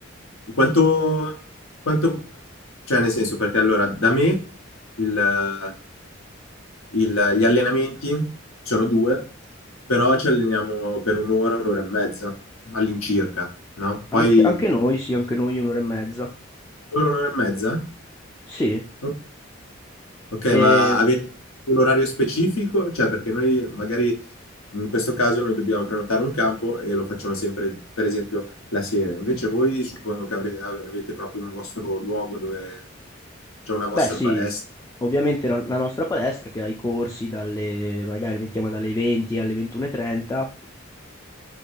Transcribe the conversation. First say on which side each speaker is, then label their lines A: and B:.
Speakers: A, on the left (about 85°); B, on the left (about 15°).
A: quanto, quanto, cioè nel senso, perché allora da me il- il- gli allenamenti sono due, però ci alleniamo per un'ora, un'ora e mezza all'incirca, no? Poi
B: anche, anche noi, sì, anche noi un'ora e mezza.
A: un'ora, un'ora e mezza?
B: Sì.
A: Ok. Ok,
B: E
A: ma avete un orario specifico? Cioè, perché noi magari in questo caso noi dobbiamo prenotare un campo e lo facciamo sempre, per esempio, la sera. Invece voi suppongo che avre- av- avete proprio un vostro luogo dove c'è una vostra
B: Beh, sì,
A: palestra.
B: ovviamente la, la nostra palestra che ha i corsi dalle, magari mettiamo dalle 20 alle 21.30 e trenta